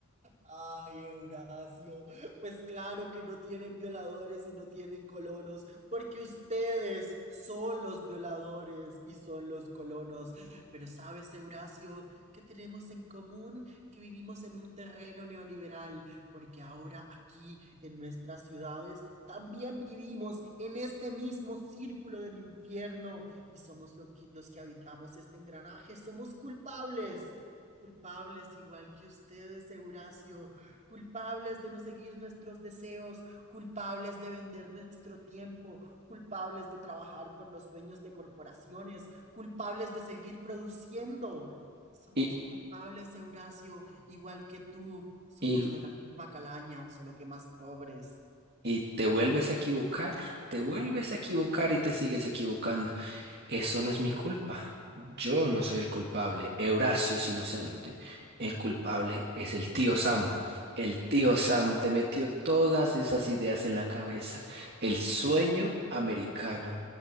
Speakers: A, on the right; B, on the right.
A: Ay, Eurasio, pues claro que no tienen violadores y no tienen colonos, porque ustedes son los violadores y son los colonos. Pero sabes, Eurasio, ¿qué tenemos en común? Que vivimos en un terreno neoliberal, porque ahora aquí en nuestras ciudades también vivimos en este mismo círculo del infierno y somos lo que- los que habitamos este engranaje, somos culpables. Culpables igual que ustedes, Eurasio, culpables de no seguir nuestros deseos, culpables de vender nuestro tiempo, culpables de trabajar por los sueños de corporaciones, culpables de seguir produciendo. Somos
B: Y,
A: culpables, Eurasio, igual que tú. Somos
B: y,
A: de la misma calaña, solo que más pobres.
B: y te vuelves a equivocar, te vuelves a equivocar y te sigues equivocando. Eso no es mi culpa. Yo no soy el culpable. Eurasio es inocente. El culpable es el tío Sam. El tío Sam te metió todas esas ideas en la cabeza. El sueño americano.